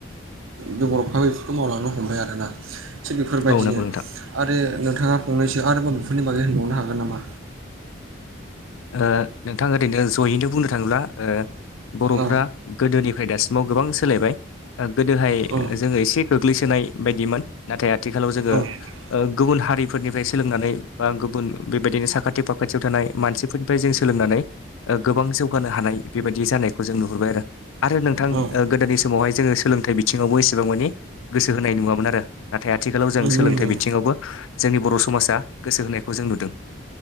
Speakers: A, on the right; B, on the left.
A: जों बर'फ्राबो बेफोरखौ मावलांनो हमबाय आरोना। थिग बेफोरबायदिनो
B: औ नंगौ नोंथां
A: आरो नोंथाङा फंनैसो आरोबाव बेफोरनि बागै होनबावनो हागोन नामा?
B: ओ नोंथां ओरैनो जयैनो बुंनो थाङोब्ला ओ बर'फ्रा
A: औ
B: गोदोनिफ्राय दासिमाव गोबां सोलायबाय गोदोहाय
A: औ
B: जोङो एसे गोग्लैसोनाय बायदिमोन नाथाय आथिखालाव जोङो
A: औ
B: ओ गुबुन हारि फोरनिफ्राय सोलोंनानै बा गुबुन बेबायदिनो साखाथि फाखाथियाव थानाय मानसिफोरनिफ्राय जों सोलोंनानै। गोबां जौगानो हानाय बेबायदि जानायखौ जों नुहुरबाय आरो आरो नोंथां
A: औ
B: गोदोनि समावहाय जोङो सोलोंथाइ बिथिङावबो एसेबां मानि गोसो होनाय नुवामोन आरो। नाथाय आथिखालाव जों
A: नंगौ
B: सोलोंथाइ
A: नंगौ
B: बिथिङावबो जोंनि बर' समाजा गोसो होनायखौ जों नुदों।